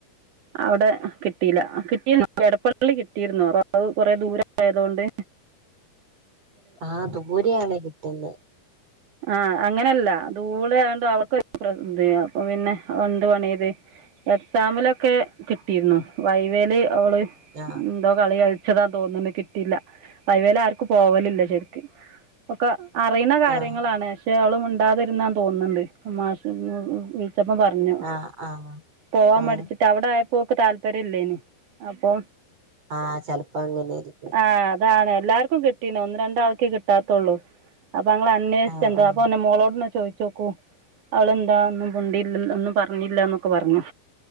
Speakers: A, on the right; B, on the right.
A: അവടെ കിട്ടീലാ കിട്ടീര്ന്നു എടപ്പള്ളി കിട്ടീര്ന്നു അപ്പൊ അയ് കൊറെ ദൂരായതൊണ്ട്
B: ആഹ് ദൂരെയാണ് കിട്ട്ന്ന്.
A: ആഹ് അങ്ങനെല്ല ദൂളയാണ്ട് അവക്ക് <unintelligible> അപ്പൊ പിന്നെയെന്ത് പണിയിത് എക്സാമിലൊക്കെ കിട്ടീര്ന്നു വൈവേല് അവള് ഉം.
B: ആഹ്
A: എന്തോ കളി കൾച്ചതാ തോന്ന്ണ് കിട്ടീല്ല വൈവേലാര്ക്കും പോവലില്ല ശെരിക്ക്. ഒക്കെ അറിണ കാര്യങ്ങളാണ്
B: ആഹ്
A: പക്ഷെ അവള് മിണ്ടാതിരുന്നാ തോന്ന്ണ്ട് മാഷെ <unintelligible> ച്ചപ്പം പർഞ്ഞു
B: ആഹ് ആഹ്
A: പോവാം
B: ആഹ്
A: മടിച്ച് ട്ടവടായപ്പോ ഓക്ക് താല്പര്യം ഇല്ലേനി അപ്പൊ
B: ആഹ് ചെൽപ്പ അങ്ങനേര്ക്കും.
A: ആഹ് അതാണ് എല്ലാര്ക്കും കിട്ടീനൊന്ന് രണ്ടാൾക്കെ ക്ട്ടാത്തൊള്ളൂ അപ്പഅ അന്വേഷ്ചെന്താ
B: ആഹ് ആഹ്
A: അപ്പൊ പർഞ് മോളോടന്നെ ചോയ് ചോക്കൂ അവളെന്താ ഒന്നും മിണ്ടീലല്ലോ ഒന്നും പർഞ്ഞില്ലാന്നൊക്ക പർഞു.